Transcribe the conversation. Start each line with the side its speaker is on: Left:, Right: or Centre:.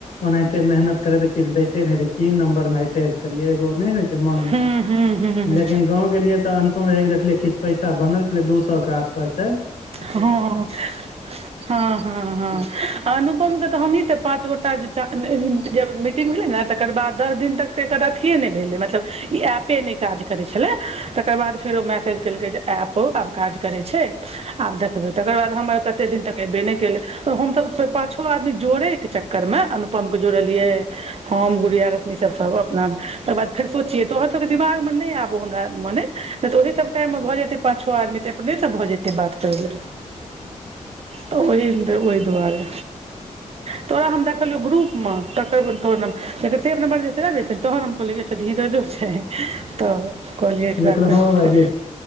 Left: ओनाहिते मेहनत करे किछ देैतेे ने नंबर मे करिय एगो नहि होइ छै मन मे
Right: हूँ हूँ हूँ हूँ
Left: लेकिन गाँव गेलियै तऽ अनुपम भयया कऽ देखलियै किछु पैसा बनल छलै दू सए के आसपास छै
Right: हँ हँ हँ अनुपम के तऽ हमही तऽ पाँच गोटा ज मीटिंग भेलै नऽ तकर बाद दस दिन तक तऽ एकर अथए नहि भेलै मतलब ई ऐपे नहि काज करै छलै तकर बाद फेर ओ मैसेज केलकै जे ऐप आब काज करे छै आब देखबे तकर बाद हमर कते दिन तक एबे नहि केल हमसब पाछो आदमी जोड़े एक चक्कर में अन पम के जोड़लियै हम गुड़िया रश्मी सब सब अपना तकर बाद फेर सोचियै तो <unintelligible> पाछो आदमी तऽ अपने से भऽ जेतै बात करे लऽ ओहि ओहि दुआारे तऽ तोरा हम <unintelligible> ग्रुप मऽ <unintelligible> धीरजो छै तऽ कहलियै एकरा
Left: विक्रमो
Right: खोज
Left: भाई
Right: कय
Left: जे